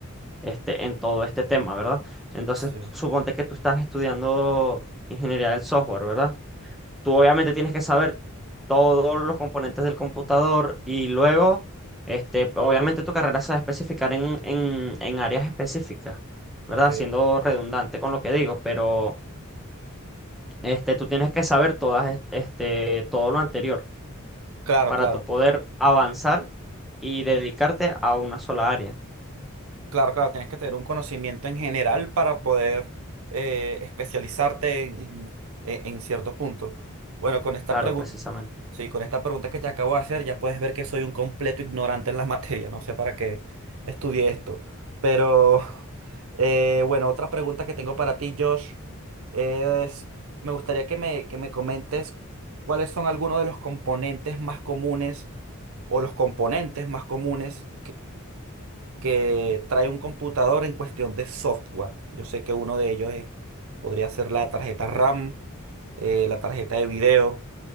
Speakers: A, in the centre; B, on the right (about 70°).
A: este, en todo este tema, ¿verdad? Entonces,
B: sí,
A: suponte que tú estás estudiando ingeniería del software, ¿verdad? tú obviamente tienes que saber todos los componentes del computador y luego, este, obviamente tu carrera se va a especificar en, en, en áreas específicas, ¿verdad?
B: ok.
A: Siendo redundante con lo que digo, pero este, tú tienes que saber todas, est- este, todo lo anterior
B: Claro,
A: para
B: claro.
A: tú poder avanzar y dedicarte a una sola área,
B: Claro, claro, tienes que tener un conocimiento en general para poder eh, especializarte en, en- e-, en cierto punto. Bueno, con esta
A: claro,
B: pregunta,
A: precisamente.
B: sí, con esta pregunta que te acabo de hacer, ya puedes ver que soy un completo ignorante en la materia. <laughs> No sé para qué estudié esto. Pero, <laughs> eh, bueno, otra pregunta que tengo para ti, Josh, es, me gustaría que me, que me comentes cuáles son algunos de los componentes más comunes o los componentes más comunes que trae un computador en cuestión de software. Yo sé que uno de ellos es- podría ser la tarjeta RAM, eh, la tarjeta de video.